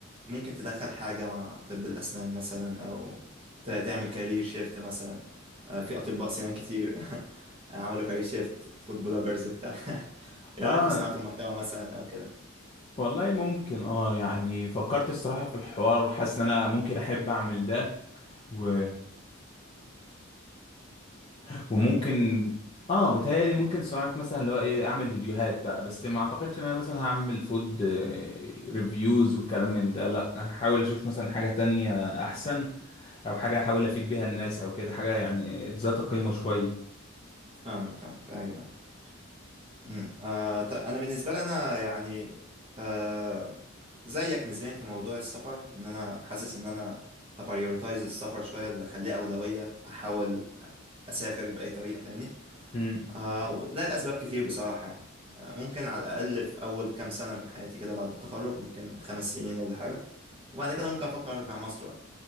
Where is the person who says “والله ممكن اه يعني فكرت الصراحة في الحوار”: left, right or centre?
Left